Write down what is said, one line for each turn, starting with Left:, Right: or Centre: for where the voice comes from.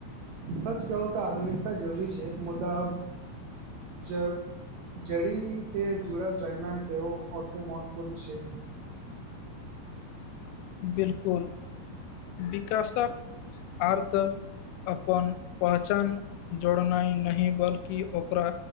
Right: सच कहू तऽ आधुनिकता जरूरी छै मुदाब ज जड़ी से जुड़ल रहना सेव ओतने महत्वपूर्ण छै <inaudible>
Left: बिलकुल विकासक आर्थ अपन पहचान जोड़नाइ नहि बल्कि ओकरा